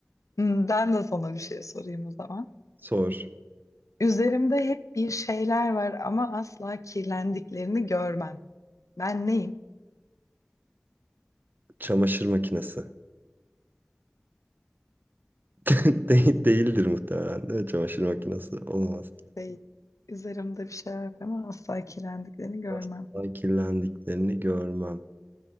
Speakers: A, on the left; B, on the right.
A: Hmm, Ben de sana bir şey sorayım o zaman.
B: Sor.
A: Üzerimde hep bir şeyler var ama asla kirlendiklerini görmem. Ben neyim?
B: Çamaşır makinesi. <laughs> De- değildir muhtemelen değil mi? Çamaşır makinesi. Olamaz.
A: Değil. Üzerimde bir şeyler var ama asla kirlendiklerini görmem.
B: Asla kirlendiklerini görmem.